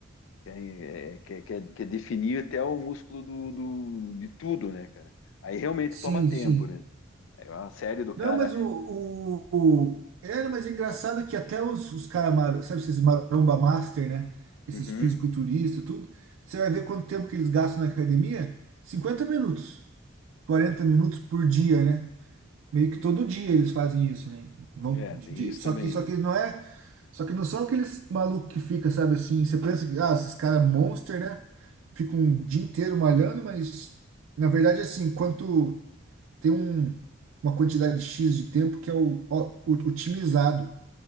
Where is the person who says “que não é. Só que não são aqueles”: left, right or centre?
Right